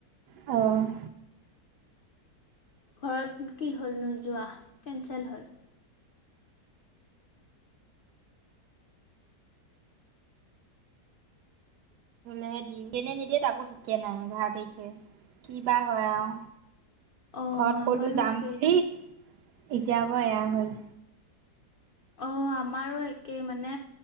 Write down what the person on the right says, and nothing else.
অ'
<unintelligible> নিদিয়ে তাকো ঠিকে নাই এঘাৰ তাৰিখে কি বা হয় আৰু
ঘৰত
কলো যাম
বুলি এতিয়া আকৌ এয়া হল